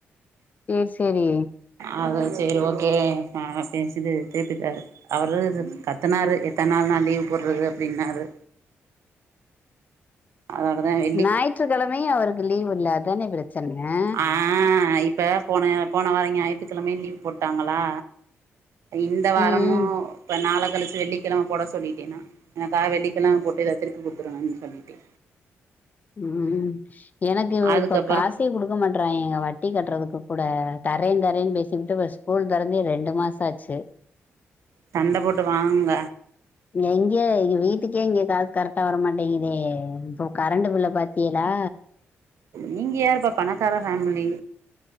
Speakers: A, on the left; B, on the right.
A: சேர் செரீ
B: ஆதா சேரி ஓகே ஆ சேர்சிடு கேட்டுட்டாரு அவரு இது கத்துனாரு எத்தன் நாள் நா லீவ் போட்றது அப்டின்னாரு அதனோடதா ஏ
A: ஞாயிற்றுக்கெழம்மையு அவருக்கு லீவ் இல்ல அதான பிரச்சன்னெ
B: ஆஹ் இப்ப போன போன வாரொ ஞாயித்துகெழமையு லீவு போட்டாங்களா இந்த வாரமூ
A: ம்
B: இப்ப நாளக்கழிச்சி வெள்ளிக் கிழம போட சொல்லிட்டே நா எனக்காக வெள்ளிக்கெழம போட்டு இத திருப்பி குடுத்துருங்கன் சொல்லிட்டே
A: உம் உம் எனக்கு
B: அதுக்கப்புறோ
A: இப்ப காஸ் டீ குடுக்க மாட்றாயெங்க வட்டி கட்றதுக்கு கூட தர்ரே தரேன் பேசிகிட்டு இப்ப ஸ்கூல் தெறந்தே ரெண்டு மாஸ் தாச்சு
B: சண்ட போட்டு வாங்க
A: எங்கே இங்க வீட்டுக்கே இங்க காசு கரெட்டா வரமாட்டேங்குதே இப்பொ கரண்டு பில்ல பாத்தீயலா
B: நீங்க யாருப்பா பணக்கார ஃபேமிலி